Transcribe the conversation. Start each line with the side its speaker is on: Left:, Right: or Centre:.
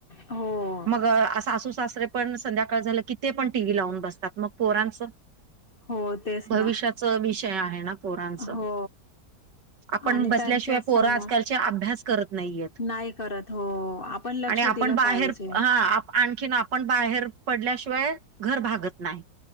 Left: हो
Right: मग असा सासू सासरे पण संध्याकाळ झालं की ते पण टीव्ही लावून बसतात मग पोरांचं
Left: हो तेच
Right: भविष्याच
Left: ना
Right: विषय आहे ना पोरांच
Left: हो
Right: आपण
Left: आणि
Right: बसल्याशिवाय
Left: त्यांच्या
Right: पोर
Left: समोर
Right: आजकालची अभ्यास करत नाहीयेत
Left: नाही करत हो आपण लक्ष
Right: आणि आपण
Left: दिलं
Right: बाहेर
Left: पाहिजे
Right: हा हा आप आणखीन आपण बाहेर पडल्याशिवाय घर भागत नाही.